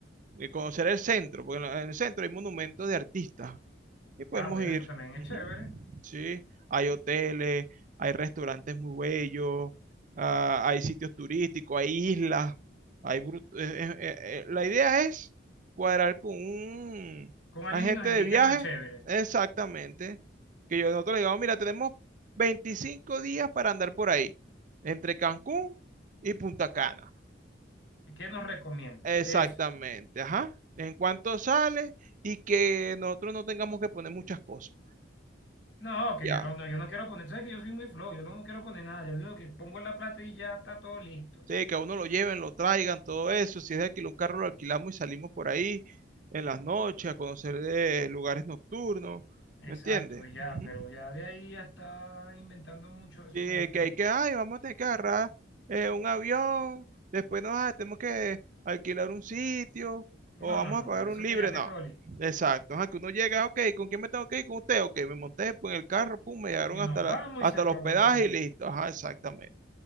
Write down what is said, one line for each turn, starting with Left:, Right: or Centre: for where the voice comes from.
Right: de conocer el centro, porque en la- en el centro hay monumentos de artistas. y podemos
Left: Ah, bueno,
Right: ir.
Left: eso también es
Right: Ujú,
Left: chévere.
Right: Sí, hay hoteles, hay restaurantes muy bellos, ah, hay sitios turísticos, hay islas, hay brut- eh, eh, eh, eh, la idea es cuadrar con un
Left: Con alguien
Right: agente
Left: que nos indique
Right: de viaje,
Left: más chévere.
Right: exactamente, que yo nosotros le digamos, mira, tenemos 25 días para andar por ahí, entre Cancún y Punta Cana.
Left: ¿Qué nos recomienda?
Right: Exactamente,
Left: Eso.
Right: ajá. En cuanto sale y que nosotros no tengamos que poner muchas cosas.
Left: No, que
Right: Ya,
Left: yo no, no, yo no quiero poner, tú sabes que yo soy muy flojo, yo no, no quiero poner nada, yo digo que pongo la plata y ya está todo listo.
Right: Sí, que a uno lo lleven, lo traigan, todo eso. Si es de alquilar un carro, lo alquilamos y salimos por ahí en las noches a conocer eh, lugares nocturnos.
Left: Exacto,
Right: ¿Me entiendes?
Left: y ya,
Right: Ujú.
Left: pero ya de ahí ya está inventando mucho, eso
Right: Sí,
Left: me da pereza.
Right: que hay que, ay, vamos a tener que agarrar eh, un avión, después nos ah, tenemos que alquilar un sitio
Left: No,
Right: o vamos
Left: no, no,
Right: a pagar
Left: no, no, eso
Right: un libre.
Left: que ya esté
Right: No,
Left: todo listo.
Right: exacto. Ajá, que uno llega, ok, ¿con quién me tengo que ir? Con usted, ok, me monté pues, en el carro, pum, me llegaron
Left: Y
Right: hasta,
Left: nos
Right: la,
Left: vamos
Right: hasta
Left: y se acabó
Right: el hospedaje
Left: el problema.
Right: y listo. Ajá, exactamente.